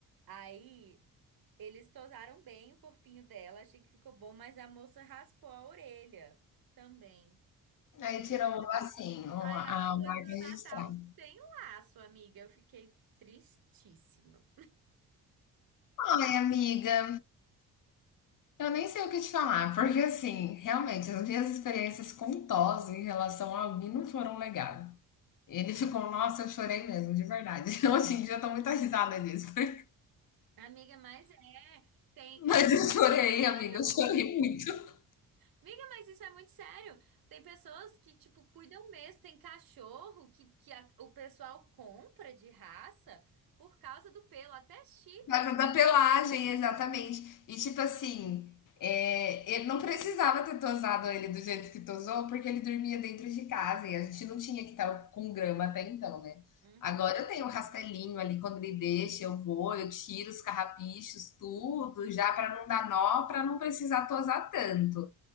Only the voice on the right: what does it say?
aí eles tosaram bem o corpinho dela, achei que ficou bom, mas a moça raspou a orelha também,
e aí,
aí
ela foi
pro
Natal sem laço, amiga, eu fiquei tristíssima.
Amiga, mas é, tem,
isso é
muito
sério.
Amiga, mas isso é muito sério. Tem pessoas que, tipo, cuidam mesmo, tem cachorro que, que a- o pessoal compra de raça por causa do pelo, até shih
tzu.
Uhum.